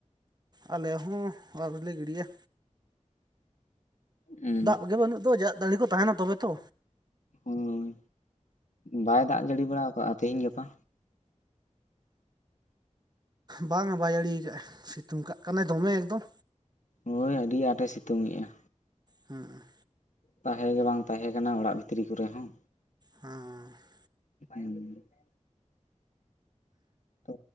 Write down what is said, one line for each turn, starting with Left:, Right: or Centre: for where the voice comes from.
Right: ᱟᱞᱮ ᱦᱚᱸ ᱟᱹᱣᱨᱤᱞᱮ ᱜᱤᱰᱤᱭᱟ
Left: ᱦᱮᱸ <unintelligible>
Right: ᱫᱟᱜ ᱜᱮ ᱵᱟᱹᱱᱩᱜ ᱫᱚ ᱫᱟᱜ ᱡᱟᱹᱲᱮ ᱠᱚ ᱛᱟᱦᱮᱱᱟ ᱛᱚᱵᱮ ᱛᱚ
Left: ᱦᱳᱭ ᱵᱟᱭ ᱫᱟᱜ ᱡᱟᱹᱲᱤ ᱵᱟᱲᱟ ᱠᱟᱜᱼᱟ ᱛᱤᱦᱤᱧ ᱜᱟᱯᱟ
Right: ᱵᱟᱝ ᱵᱟᱭ ᱟᱲᱤᱭᱟ ᱠᱟᱜᱼᱟ ᱥᱤᱛᱩᱝ ᱠᱟᱜ ᱠᱟᱱᱟᱭ ᱫᱚᱢᱮ ᱮᱠᱫᱚᱢ
Left: ᱦᱳᱭ ᱟᱹᱰᱤ ᱟᱸᱴᱮ ᱥᱤᱛᱩᱝ ᱮᱼᱟ
Right: ᱦᱮᱸ
Left: ᱛᱟᱦᱮᱸ ᱜᱮ ᱵᱟᱝ ᱛᱟᱦᱮᱸ ᱠᱟᱱᱟ ᱚᱲᱟᱜ ᱵᱷᱤᱛᱨᱤ ᱠᱚᱨᱮ ᱦᱚᱸ
Right: ᱦᱸ <unintelligible>
Left: ᱦ <unintelligible> ᱛᱚ